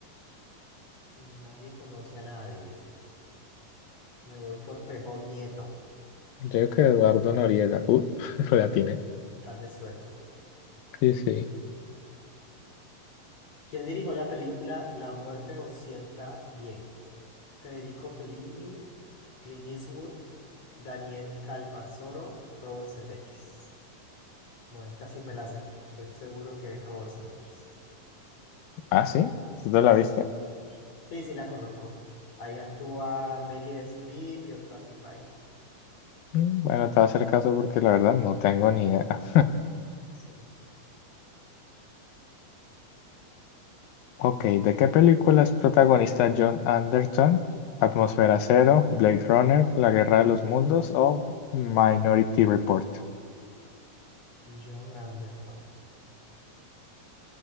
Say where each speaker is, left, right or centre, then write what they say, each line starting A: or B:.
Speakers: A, on the left; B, on the left.
A: Nadie conoce a nadie. Me voy por Pepón Nieto.
B: Yo creo que Eduardo Noriega. Uh, <laughs> lo atiné.
A: Estás de suerte.
B: Sí, sí.
A: ¿Quién dirigió la película La muerte os sienta bien? ¿Federico Fellini, Clint Eastwood? Daniel Calparsoro, Robert Zemeckis. Bueno, esta sí me la sé. Estoy seguro que es Robert Zemeckis.
B: Ah, sí. ¿Tú te
A: Mm,
B: la
A: Sí,
B: viste?
A: sí, sí la conozco. Ahí actúa Meryl Streep y otra tipa ahí.
B: Mm, Bueno, te voy a hacer caso porque la verdad no tengo ni idea.
A: Sí.
B: Ok, ¿de qué película es protagonista John Anderton? ¿Atmósfera Cero, Blade Runner, La Guerra de los Mundos o Minority Report?
A: John Anderton.